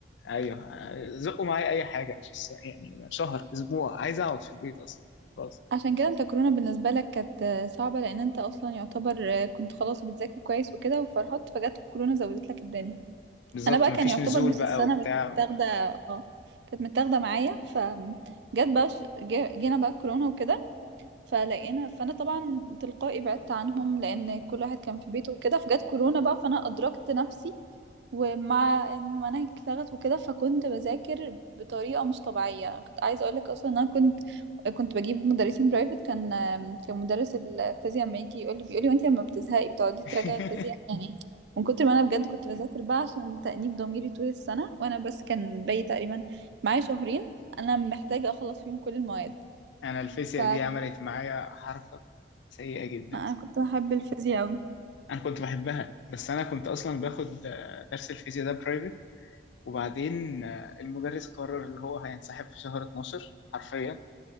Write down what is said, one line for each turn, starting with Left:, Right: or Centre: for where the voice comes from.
Left: ايوه زقوا معايا اي حاجه مش الس- يعني شهر اسبوع عايز اقعد في البيت اصلا خلاص
Right: عشان كده انت كورونا بالنسبه لك كانت آه، صعبه لان انت اصلا يعتبر آه، كنت خلاص بتذاكر كويس وكده وفرهدت فجت كورونا زودت لك الدنيا
Left: بالظبط
Right: انا بقى
Left: مفيش
Right: كان يعتبر
Left: نزول
Right: نص
Left: بقى
Right: السنه
Left: وبتاع
Right: متاخده اه كانت متاخده معايا ف جت بقى ش- جه- جينا بقى كورونا وكده فلقينا فانا طبعا تلقائي بعدت عنهم لان كل واحد كان في بيته وكده فجت كورونا بقى فانا ادركت نفسي ومع ان المناهج اتلغت وكده فكنت بذاكر بطريقه مش طبيعيه كنت عايزه اقول لك اصلا ان انا كنت كنت بجيب مدرسين برايفت كان كان مدرس الفيزياء لما يجي يقول لي بيقول لي وانت لما بتزهقي بتقعدي
Left: <laughs>
Right: تراجعي الفيزياء يعني من كتر ما انا بجد كنت بذاكر بقى عشان تأنيب ضميري طول السنه وانا بس كان باقي تقريبا معايا شهرين انا محتاجه اخلص فيهم كل المواد
Left: انا الفيزياء
Right: ف
Left: دي عملت معايا حركه سيئه جدا
Right: انا كنت بحب الفيزياء قوي
Left: انا كنت بحبها بس انا كنت اصلا باخد آه، درس الفيزياء ده برايفت وبعدين آه، المدرس قرر اللي هو هينسحب في شهر 12 حرفيا